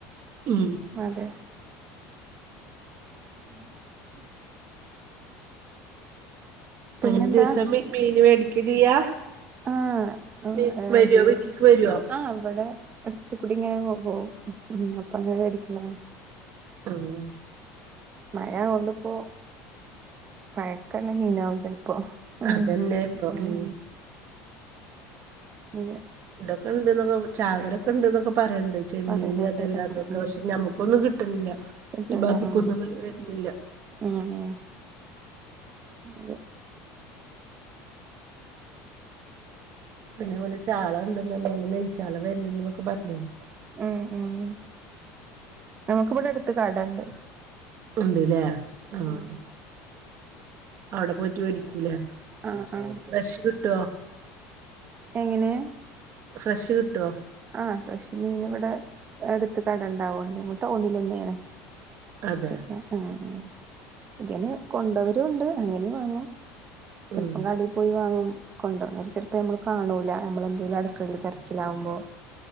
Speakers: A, on the right (about 40°); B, on the right (about 30°).
A: ഉം
B: അതെ <inaudible> പിന്നെന്താ
A: അങ്ങനെ ദിവസം മീൻ മേടിക്ക ചെയ്യാ
B: ആഹ,
A: മീ വരോ
B: ദിവസ്
A: വീട്ടിൽക്ക് വരോ
B: ആ ഇവടെ അടുത്ത് കൂടി ഇങ്ങനെ പോവും, ഉം അപ്പൊ അങ്ങനൊവേടിക്കല
A: ഉം
B: മഴ അഹണ്ട്പ്പോ പഴക്കൊള്ള മീനാകും ചെലപ്പോ ഉം
A: അതന്നെ ഇപ്പൊ,
B: ഉം
A: ഉ
B: ഉം അതെ
A: ഇതൊക്കെണ്ടന്ന്ക്കെ ചാകരൊക്കെ ഉണ്ട്ന്നൊക്കെ പറയണ്ടണ്ട് ചെമ്മീന്
B: പറയണണ്ട്
A: അതെല്ലാം
B: ഉം
A: അതൊക്കെ
B: ഉം
A: പക്ഷെ നമ്മക്കൊന്നും കിട്ടണില്ല.
B: കിട്ടൂല
A: ഈ ഭാഗത്തേക്ക്
B: ഉം
A: ഒന്നും അങ്ങനെ വരുന്നില്ല.
B: ഉം, അതെ
A: പിന്നെഅത്‌ പോലെ ചാള ഉണ്ടന്നുണ്ടെ നെയ്യ് ചാള വരുന്ന എന്നൊക്കെ പറഞ്ഞിരുന്നു.
B: ഉം ഉം നമക്ക് ഇവടെടുത്ത് കടണ്ട്
A: ഉണ്ട്ലേ ആഹ്
B: ഉം ഉം
A: അവടെ പോയിട്ട് വേടിക്കൂലേ
B: ആഹ് ആഹ്
A: ഫ്രഷ് കിട്ടുവോ
B: എങ്ങനെ
A: ഫ്രഷ് കിട്ടുവോ
B: ആഹ് ഫ്രഷ് മീന് ഇവടെ എടത്ത് കടെണ്ടാവും <unintelligible> തന്നെയാണ്
A: അതെയോ
B: പിന്നെ ആഹ് ആഹ് ഇതെ കൊണ്ടോരുവോണ്ട് അങ്ങനേം വാങ്ങും ചെലപ്പം
A: ഉം
B: കടെപ്പോയി വാങ്ങും കൊണ്ടുവ <unintelligible> ചെലപ്പോ നമ്മള് കാണൂലാ നമ്മളെന്തെലും അടുക്കളെൽ തെരക്കിലാകുമ്പോ